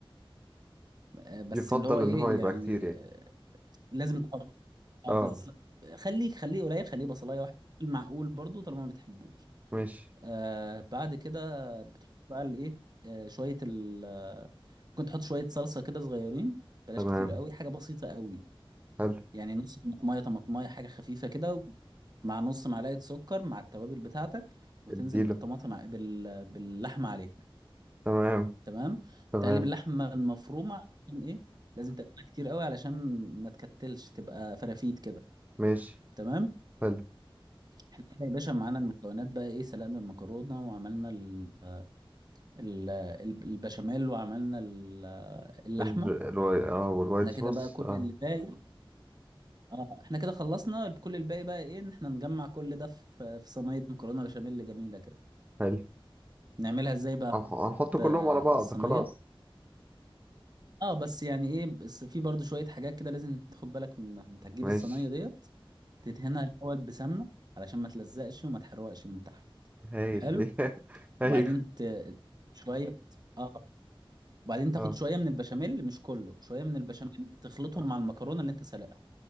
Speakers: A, on the right (about 45°); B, on the right (about 15°).
A: آه، بس
B: يفضل
A: اللي هو ايه
B: ان هو يبقى
A: يعني
B: كتير يعني
A: آه، لازم تقطع. اه
B: اه
A: بس خليه خليه قليل خليه بصلايه واحده المعقول برضو طالما ما بتحبوش
B: ماشي
A: آه بعد كده بتحط بقى الايه آه شويه ال آه، ممكن تحط شويه صلصه كده صغيرين بلاش
B: تمام
A: كتير قوي حاجه بسيطه قوي
B: حلو
A: يعني نص طماطميه طماطميه حاجه خفيفه كده مع نص معلقه سكر مع التوابل بتاعتك وتنزل
B: اديله
A: بالطماطم ع- بال... باللحمه عليهم
B: تمام
A: تمام
B: تمام
A: تقلب اللحمه المفرومه عشان ايه لازم تقلبها كتير قوي علشان ما تكتلش تبقى فرافيت كده
B: ماشي
A: تمام
B: حلو
A: احنا كده يا باشا معانا المكونات بقى ايه سلقنا المكرونه وعملنا ال- ال- ال- البشاميل وعملنا ال- اللحمه
B: ال- الواي اه والوايت
A: احنا
B: صوص
A: كده بقى كل
B: اه
A: اللي باقي اه احنا كده خلصنا كل الباقي بقى ايه ان احنا نجمع كل ده في في صينيه مكرونه بشاميل جميله كده
B: حلو
A: نعملها ازاي بقى
B: هنح- هنحط كلهم
A: بالصينيه
B: على بعض خلاص
A: اه بس يعني ايه بس في برضو شويه حاجات كده لازم تاخد بالك منها انت هتجيب
B: ماشي
A: الصينيه ديت تدهنها الاول بسمنه علشان ما تلزقش وما تحرقش من تحت
B: هايل
A: حلو
B: <laughs> ايوه
A: وبعدين ت- شويه اه وبعدين تاخد
B: اه
A: شويه من البشاميل مش كله شويه من البشاميل تخلطهم
B: آه.
A: مع المكرونه اللي انت سلقها